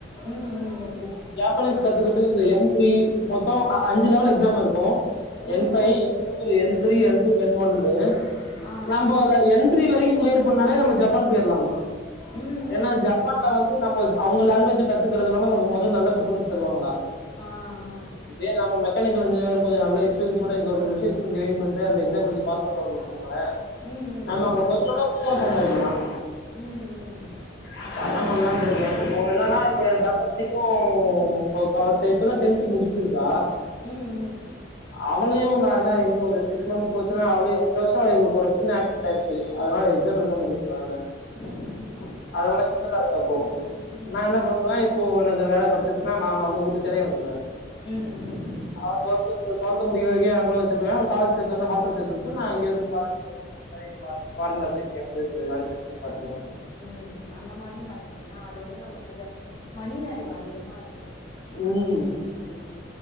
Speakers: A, on the left (about 25°); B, on the left (about 60°).
A: ம் ம்
B: இப்போ ஜப்பனீஸ் கத்துக்கிட்டு இந்த என் த்ரீ மொத்தம் அஞ்சு லெவல் எக்ஸாம் இருக்கும் என்
A: ம்
B: பைவ்
A: ம்
B: N four N three N N one
A: ம் ஆ
B: நம்பல எந் <unintelligible> கிளியர் பண்ணாலே நம்ம ஜப்பான் போயிடலாமா
A: ம் ம்
B: ஏன்னா
A: ம்
B: ஜப்பான்ல வந்து நம்ம அவங்க லாங்குவேஜ்ஜ கத்துகுறதுனால நமக்கு மொத் நல்ல பர்பார்மன்ஸ் தருவாங்களா
A: ஆ ஆ
B: இதே <unintelligible> மெக்கானிக்கல் இன்ஜினியரா கொஞ்ச நல்ல எக்ஸ்பரியன்ஸோட ரெண்டு வருஷ எக்ஸ்பீரியன்ஸ் கெய்ன் பன்ட்டு அந்த எக்ஸாம் முடிஞ்சு பாஸ் பண்ண வச்சு ங்கள
A: ம் ம்
B: நம்ம
A: ம்
B: அங்க போய்ட்டானா <unintelligible> சம்பாதிக்கலாம்
A: ம் ம்
B: இப்ப அதான் பண்ணலான் இருக்கேன் இப்போ என்னன்னா
A: நீ
B: இப்ப என் தங்கச்சிக்கும் ஓ ஓ அவ இப்பதான் டென்த் முடிச்சிருக்கா
A: ம் ம்
B: அவளையும் நான் ஏனா இன்னும் ஒரு சிக்ஸ் மந்த்ஸ் போச்சுன்னா அவளும் இந்த வருஷம் ஒரு சின்ன ஆக்சிடென்ட் ஆயிடுச்சு அதனால எக்ஸாம் எழுத முடியல அவலாள
A: ம் ம்
B: அதனால வீட்டுல தான் இருக்கா இப்போ
A: ம்
B: நான்
A: ம்
B: என்ன பண்ணுவே இப்போ எனகு வேலக் கெடச்சிருச் நா அவ்ளக் கூட்டு சென்னை வந்துருவேன்
A: ம் ம்
B: அவ ட்வெல்த் முட் ட்வெல்த் முடிக்ரவரைக் க்கியும் யாங்கூட வெச்சிப்பேன் அவ கால்லேச் சேந்தோன ஹாஸ்டல் சேதுட்டு நா இங்கிருந்து ஃபாரின் <inaudible> மாரி ஃபாரின்ல போய் யாவது வேல செய்ர மாரி பாத்துபோ
A: உம் அந்த மாரிம் பண்ணுங்க ஏன்னா அது வந்து நமக்கு வே மணி வேல்வ் அதிகமாருக்கும்
B: ம்
A: அங்க போய் பண்ணோம் அப்டின்னா